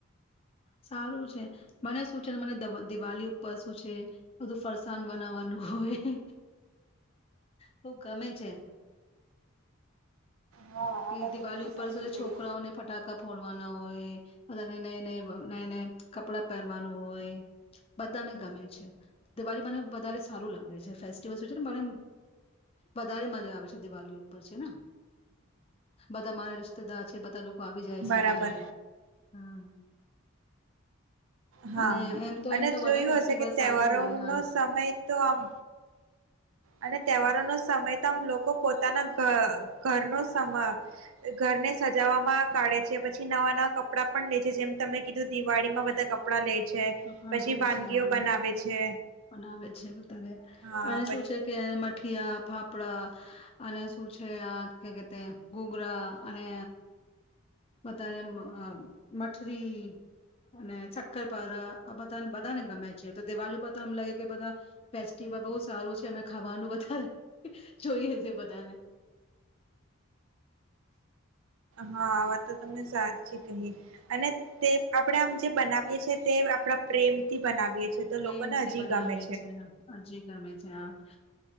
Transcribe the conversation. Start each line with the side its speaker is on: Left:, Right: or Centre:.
Left: સારું છે મને શું છેને મને દિવાળી ઉપર શું છે બધું ફરસાણ બનાવવાનું હોય બઉ ગમે છે.
Right: હા આ
Left: એ
Right: વાત
Left: દિવાળી
Right: તો તમે
Left: ઉપર
Right: સાચી
Left: છે
Right: કહી.
Left: છોકરાઓને ફટાકા ફોડવાના હોય. <unintelligible> નય નય નય નય કપડાં પહેરવાનું હોય. બધાને ગમે છે દિવાળી મને વધારે સારું લાગે છે ફેસ્ટિવલ છે ને મને વધારે મજા આવે છે દિવાળી ઉપર છે ન. બધા મારે રિશ્તેદાર છે બધા લોકો આવી જાય છે
Right: બરાબર
Left: ઘરે હમ્મ.
Right: હા
Left: અને એમ તો
Right: અને
Left: એમ તો
Right: જોયું
Left: બધા ફેસ્ટિવલ
Right: હશે કે તહેવારો
Left: સારું હોય હા
Right: નો સમય તો આમ અને તહેવારોનો સમય તોમ લોકો પોતાના ઘર ઘર નો સમ ઘર ને સજાવામાં કાઢે છે પછી નવા નવા કપડા પણ લે છે જેમ તમે કીધું દિવાળીમાં બધા કપડા લે છે
Left: કપડા
Right: પછી
Left: લે
Right: વાનગીઓ
Left: છે આ
Right: બનાવે છે
Left: બનાવે છે <unintelligible>
Right: હા
Left: અને શું છે. કે મઠીયા ફાફડા અને શું છે આ કે તે ગોગરા અને બધાને માં મઠરી અને શક્કરપારા કે આ બધાને બધાને ગમે છે તો દિવાળી પરમ લાગે કે બધા ફેસ્ટિવલ બહું સારું છે અમે ખાવાનું બધા જોઈએ છે બધાને.
Right: હા આ વાત તો તમે સાચી કહી અને તે આપણેે આમ જે બનાવીએ છી તે આપણા પ્રેમ થી બનાવીએ. છીએ તો
Left: પ્રેમથી
Right: લોકોને હજી
Left: બનાવે
Right: ગમે
Left: છે હજી ગમે છે હા.